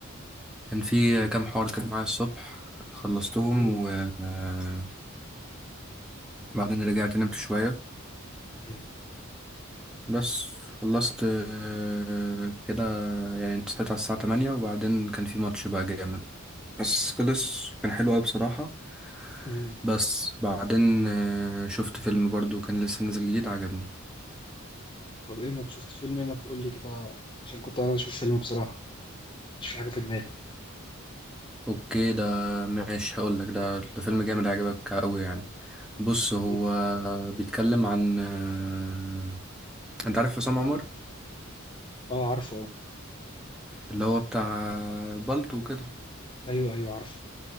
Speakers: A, in the centre; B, on the left.
A: كان في كام حوار كده معايا الصبح خلصتهم
B: مم.
A: و- آه، وبعدين رجعت نمت شويه
B: مم.
A: بس خلصت آه، كده يعني صحيت على الساعه 8 وبعدين كان في ماتش بقى جامد بس خلص كان حلو قوي بصراحه
B: امم
A: بس بعدين آه، شفت فيلم برضو كان لسه نازل جديد عجبني
B: طب ايه ما شفت فيلم ايه ما تقول لي كده عشان كنت عايز اشوف فيلم بصراحه مش في حاجه في دماغي
A: اوكي ده ماشي هقول لك ده ده فيلم جامد عجبك قوي يعني بص هو
B: إيه ده؟
A: بيتكلم عن آه، انت عارف عصام عمر
B: اه عارفه اه
A: اللي هو بتاع بالطو وكده
B: ايوه ايوه عارفه